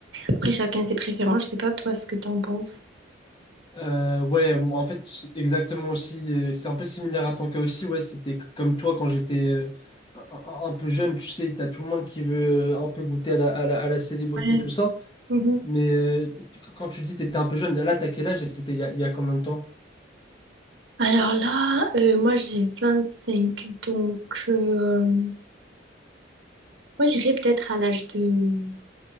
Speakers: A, on the right; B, on the left.
A: Après, chacun ses préférences. Je sais pas, toi, ce que t'en penses.
B: Euh, ouais, moi, en fait, c'est exactement aussi. euh, C'est un peu similaire à ton cas aussi. Ouais, c'était c- comme toi quand j'étais euh, un, un- un peu jeune. Tu sais, t'as tout le monde qui veut euh, un peu goûter à la, à la, à la célébrité,
A: Euh,
B: tout ça.
A: mhm.
B: Mais euh, tu- quand tu dis t'étais un peu jeune, là, t'as quel âge et c'était il y a, il y a combien de temps?
A: Alors là, euh, moi j'ai 25, donc euh, moi j'irais peut-être à l'âge de...